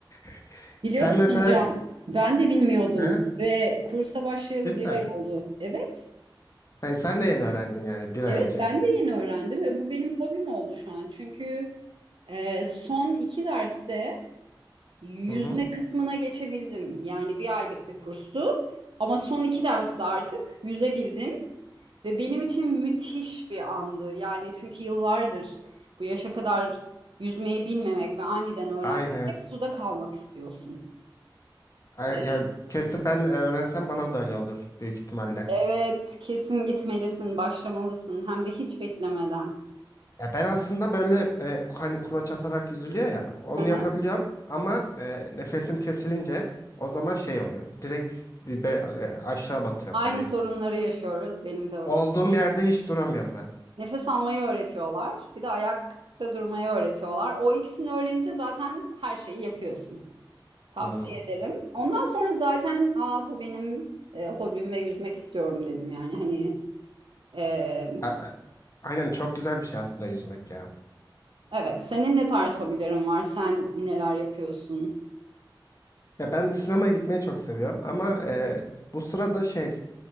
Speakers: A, on the left; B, on the right.
A: <laughs>
B: Biliyor
A: Sen
B: musun
A: mesela
B: Can? Ben de bilmiyordum
A: ne?
B: ve kursa başlayalı
A: Cidden.
B: bir ay oldu. Evet,
A: Hayır, sen de yeni öğrendin yani bir ay
B: evet
A: önce.
B: ben de yeni öğrendim ve bu benim hobim oldu şu an. Çünkü e, son iki derste Yüzme
A: Hı hı.
B: kısmına geçebildim. Yani bir aylık bir kurstu. Ama son iki derste artık yüzebildim. Ve benim için müthiş bir andı. Yani çünkü yıllardır bu yaşa kadar yüzmeyi bilmemek ve aniden öğrenmek
A: Aynen.
B: hep suda kalmak istiyorsun.
A: Ay-
B: E,
A: Yani kesin ben e, öğrensem bana da öyle olur büyük ihtimalle.
B: Evet, kesin gitmelisin, başlamalısın. Hem de hiç beklemeden.
A: Ya ben aslında böyle e, hani kulaç atarak yüzülüyor ya onu
B: Hı hı.
A: yapabiliyorum ama e, nefesim kesilince o zaman şey oluyor. Direkt dibe e, aşağı batıyorum
B: Aynı
A: hani.
B: sorunları yaşıyoruz. Benim de öyle.
A: Olduğum yerde hiç duramıyorum ben.
B: Nefes almayı öğretiyorlar. Bir de ayakta durmayı öğretiyorlar. O ikisini öğrenince zaten her şeyi yapıyorsun. Tavsiye
A: Hmm.
B: ederim. Ondan sonra zaten Aa, bu benim e, hobim ve yüzmek istiyorum dedim yani hani e,
A: A- a- Aynen çok güzel bir şey aslında yüzmek ya.
B: evet senin ne tarz hobilerin var sen neler yapıyorsun?
A: Ya ben sinemaya gitmeyi çok seviyorum ama e, bu sırada şey